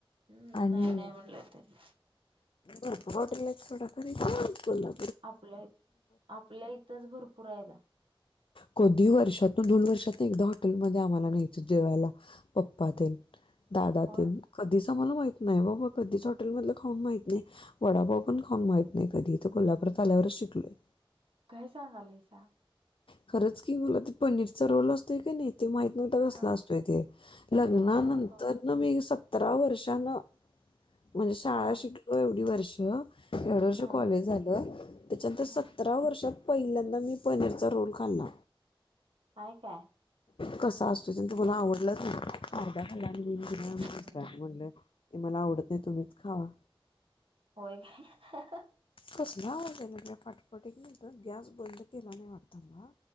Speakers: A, on the right; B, on the left.
A: हम्म
B: आणि
A: नाही नाही म्हटलंय तरी
B: भरपूर हॉटेल आहेत सोडा खरंतु कोला
A: आपल्या, आपल्या इथंच भरपूर आहेत.
B: कधी वर्षातून, दोन वर्षातून एकदा हॉटेलमध्ये आम्हाला न्यायचे जेवायला पप्पा तेन, दादा
A: होय
B: तेन कधीच आम्हाला माहित नाही बाबा कधीच हॉटेलमधलं खाऊन माहित नाही, वडापाव पण खाऊन माहत नाही कधीच. इथे कोल्हापुरात आल्यावरच शिकलोय.
A: काय सांगालेयसा?
B: खरंच की मला ते पनीरचा रोल असतोय की, नाही ते माहि ता कसला
A: हा
B: असतोय ते, इथे लग्नानंतर
A: अरे बा
B: न मी सतरा वर्षान म्हणजे शाळा
A: हा
B: शिकलो एवढी वर्ष, एवड वर्ष
A: हा
B: कॉलेज झालं, त्याच्यानंतर
A: हा
B: सतरा वर्षात पहिल्यांदा मी पनीरचा रोल खाल्ला
A: आहे का?
B: कसं असतो ते, तु ना आवडलं तर्दा्या खा बि
A: हम्म
B: म्हण मला आवडत नाही, तुम्हीच खावा.
A: होय काय?
B: कसला आवाजेला फटफटी घेल, तर गॅस बंद केला नाही वाटत बा